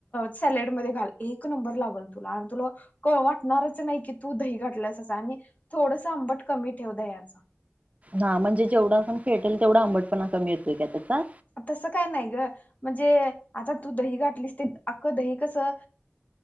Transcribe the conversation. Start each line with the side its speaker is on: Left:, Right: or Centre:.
Left: सॅलेड मधे घाल एक नंबर लागल तुला तुला क वाटणारच नाही की तू दही घटल्यास आणि थोडस आंबट कमी ठेव दह्याच
Right: हा म्हणजे जेवढा आपण फेटेल तेवढं आंबट पणा कमी येतोय त्याचा
Left: तसं काय नाही ग म्हणजे आता तू दहीघाट घातलीस ते आकं दही कसं